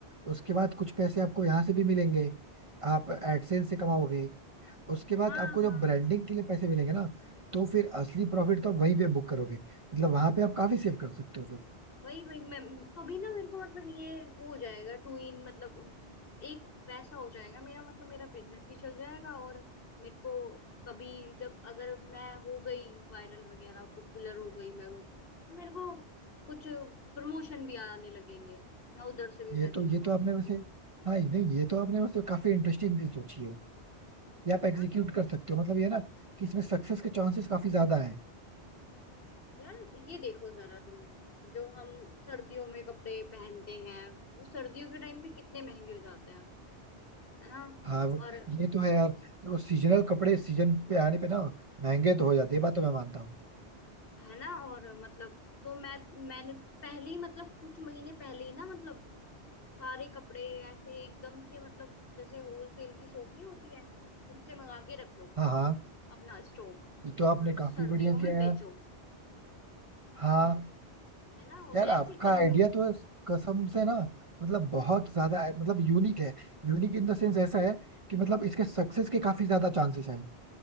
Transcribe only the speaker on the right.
उसके बाद कुछ पैसे आपको यहाँ से भी मिलेंगे आप एडसेंस से कमाओगे उसके बाद
आपको
जब ब्रांडिंग
के लिए पैसे मिलेंगे ना तो फिर असली प्रॉफिट तो आप वहीं पे बुक करोगे मतलब वहां पे आप काफी सेव कर सकते हो फिर
ये
तो ये
तो आपने
वैसे
हाँ ये- नहीं ये तो आपने वैसे काफी इंटरेस्टिंग चीज सोची है ये आप
एग्जीक्यूट
कर सकते हो मतलब ये ना कि इसमें सक्सेस के चांसेस काफी ज्यादा है
हाँ वो
ये तो है यार देखो सीजनल कपड़े सीजन पे आने पे ना महंगे तो हो जाते हैं ये बात तो मैं मानता हूँ
हाँ हाँ
ये तो आपने
काफी
बढ़िया किया
यार
हाँ
यार आपका
आइडिया
तो है, कसम से ना मतलब बहुत ज्यादा है, मतलब यूनिक है यूनिक इन द सेंस ऐसा है कि मतलब इसके सक्सेस के काफी ज्यादा चांसेस हैं